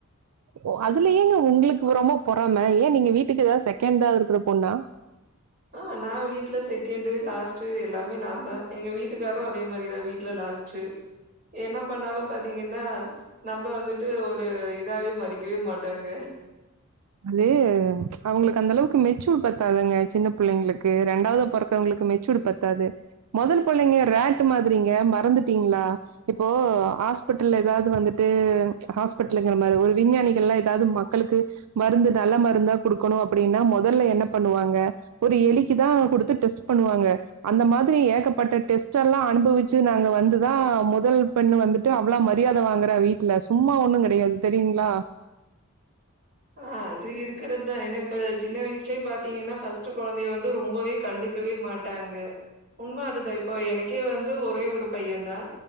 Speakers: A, on the right; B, on the right.
A: ஓ அதுல ஏங்க உங்களுக்கு ரொம்ப பொறாம ஏன் நீங்க வீட்டுக்கு ஏதாவது செகண்டா இருக்கற பொண்ணா
B: ஆ நா வீட்டுல செகண்டு் லாஸ்ட்டு எல்லாமே நா தா எங்க வீட்டுக்காரும் அதே மாதிரிதா வீட்டுல லாஸ்ட் என்ன பண்ணாலும் பாத்தீங்கன்னா நம்ம வந்துட்டு ஒரு இதாவே மதிக்கவே மாட்டாங்க
A: அது அவங்களுக்கு அந்த அளவுக்கு மெச்சூர்டு பத்தாதுங்க சின்ன புள்ளைங்களுக்கு ரெண்டாவது பொறக்கவங்களுக்கு மெச்சூர்டு பத் த்தாது முதல் புள்ளைங்க ரேட் மாதிரிங்க மறந்துட்டீங்களா இப்போ ஹாஸ்பிட்டல்ல ஏதாவது வந்துட்டு ஹாஸ்பிட்டகிறன் பாரு ஒரு விஞ்ஞானிகள் எல்லாம் எதாவது ஒரு மக்களுக்கு மருந்து நல்ல மருந்தா கொடுக்கணு அப்படின்னா முதல்ல என்ன பண்ணுவாங்க ஒரு எலிக்கு தா குடுத்து டெஸ்ட் பண்ணுவாங்க அந்த மாதிரி ஏகப்பட்ட டெஸ்ட் எல்லாம் அனுபவிச்சு நாங்க வந்துதான் முதல் பெண்ணு வந்துட்டு அவ்ள மரியாத வாங்குறா வீட்டுல சும்மா ஒண்ணும் கிடையாது தெரியுங்களா
B: ஆ அது இருக்கறது தா ஏன்னா இப்ப சின்ன வயசுலயே பாத்தீங்கன்னா ஃபர்ஸ்ட் குழந்தைய வந்து ரொம்பவே கண்டுக்கவே மாட் ட்டாங்க உண்ம அதுதான் இப்போ எனக்கே வந்து ஒரே ஒரு பையன் தான்